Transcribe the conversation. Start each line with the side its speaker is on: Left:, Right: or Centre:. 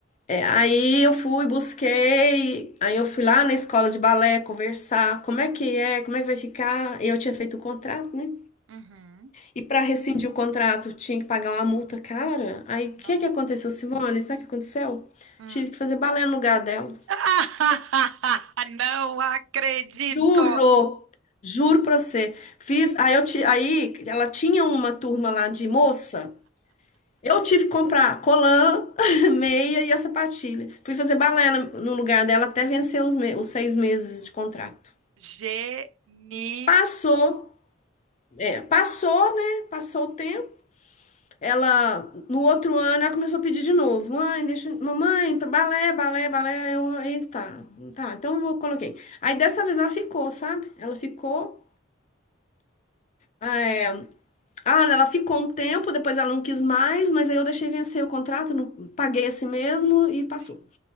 Left: É, aí eu fui, busquei, aí eu fui lá na escola de balé conversar, como é que é, como é que vai ficar? Eu tinha feito o contrato, né?
Right: Uhum.
Left: E para rescindir o contrato, tinha que pagar uma multa cara. Aí o
Right: Nossa.
Left: que que aconteceu, Simone? Sabe o que aconteceu?
Right: Hum.
Left: Tive que fazer balé no lugar dela.
Right: <laughs> Não acredito!
Left: Juro, juro pra você. Fiz, aí eu ti, aí ela tinha uma turma lá de moça. Eu tive que comprar colã, <laughs> meia e a sapatilha. Fui fazer balé na- no lugar dela até vencer os, me- os seis meses de contrato.
Right: Genial.
Left: Passou, é, passou, né? Passou o tempo. Ela, no outro ano, ela começou a pedir de novo. Mãe, deixa, mamãe, tá balé, balé, balé. Aí Eu, eita, tá, tá, então eu vou- coloquei. Aí dessa vez ela ficou, sabe? Ela ficou. é, ah, ela ficou um tempo, depois ela não quis mais, mas aí eu deixei vencer o contrato, não, paguei assim mesmo e passou.
Right: Sim,